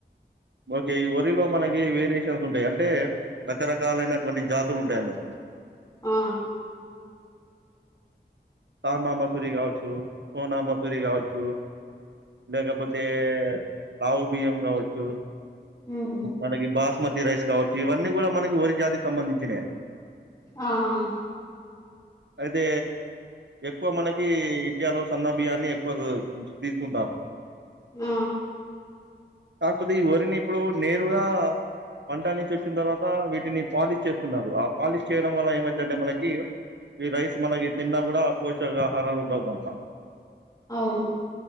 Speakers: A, on the right (about 75°); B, on the left (about 20°).
A: ఓకే వరిలో మనకి వేరియేషన్స్ ఉంటాయి అంటే రకరకాలైనటువంటి జాతులు ఉంటాయి అన్నట్టు
B: మ్
A: తమామసూరి కావచ్చు సోనా మసూరి కావచ్చు లేకపోతే రావు బియ్యం కావచ్చు
B: ఉమ్,
A: మనకి బాస్ బస్మతి రైస్ కావచ్చు ఇవన్నీ కూడా మనకి వరి జాతికి సంబంధించినవే
B: మ్మ్
A: అయితే ఎక్కువ మనకి ఇడియాలో సన్న బియాన్ని ఎక్కువ తీసుకుంటారు
B: మ్
A: కాకపోతే ఈ వరిని ఇప్పుడు నేరుగా పంట కాకపొతె ఈ వరిని ఇపుడు నేరుగా పంటనుంచి వచ్చిన తర్వాత వీటిని పాలిష్ చేస్తున్నారు ఆ పాలిష్ చేయడం వల్ల ఏమైంది అంటెమనకి ఈ రైస్ మనకి తిన్నా కూడా పోషక ఆహారాలు ఉండవు దాంట్లో
B: అవును